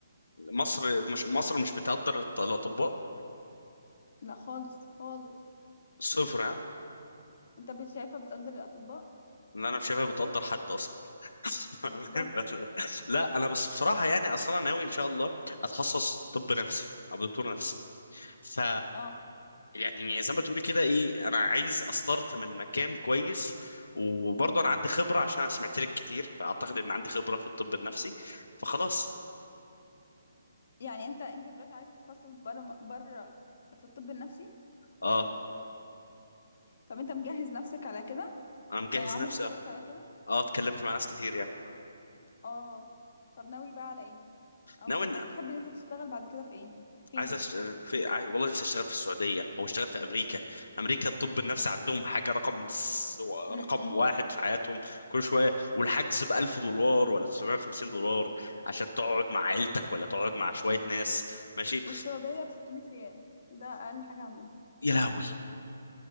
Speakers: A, on the left; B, on the left.
A: مصر مش مصر مش بتقدر الط- الاطباء
B: لا خالص خالص
A: صفر ها
B: انت بت- شايفة بتقدر الاطباء
A: ان انا مش شايفها بتقدر حد اصلا <laughs>
B: بالظبط
A: لا انا بس بصراحه يعني اصلا ناوي ان شاء الله اتخصص طب نفسي ابقى دكتور نفسي ف
B: اه
A: يعني زي ما تقولي كده ايه انا عايز استارت من مكان كويس وبرضه انا عندي خبره عشان انا سمعت لك كتير فاعتقد ان عندي خبره في الطب النفسي فخلاص
B: يعني انت انت دلوقتي عايز تتخصص برا م- برا في الطب النفسي
A: اه
B: طب انت مجهز نفسك على كده
A: انا مجهز
B: يعني عامل
A: نفسي
B: حسابك
A: اه
B: على كده
A: آه، اتكلمت مع ناس كتير يعني آه.
B: اه طب ناوي بقى على ايه او
A: ناوي
B: ت-
A: ان
B: بتحب ان انت تشتغل بعد كده في ايه فين
A: عايز أش... في... عاي... والله نفسي اشتغل في السعوديه او اشتغل في امريكا امريكا الطب النفسي عندهم حاجه رقم س...
B: امم
A: رقم واحد في حياتهم كل شويه والحجز ب 1000 دولار ولا 950 دولار عشان تقعد مع عيلتك ولا تقعد مع شويه ناس ماشي
B: والسعودية ب 600 ريال ده اقل حاجة عندهم
A: يا لهوي